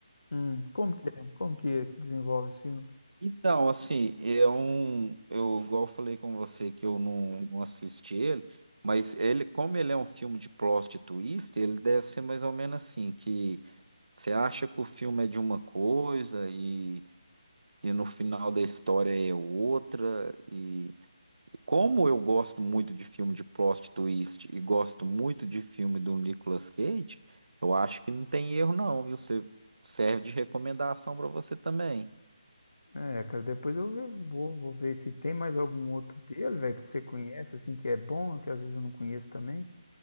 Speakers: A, on the left (about 80°); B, on the right (about 80°).
A: hum. Como que é? Como que é que desenvolve esse filme?
B: Então, assim, é um, eu igual eu falei com você que eu não, não assisti ele, mas ele, como ele é um filme de plot twist, ele deve ser mais ou menos assim, que você acha que o filme é de uma coisa e, e no final da história é outra, e como eu gosto muito de filme de plot twist e gosto muito de filme do Nicolas Cage, eu acho que não tem erro não, viu? Você serve de recomendação para você também.
A: É, cara, depois eu ve- vou, vou ver se tem mais algum outro dele, velho, que você conhece, assim, que é bom, que às vezes eu não conheço também.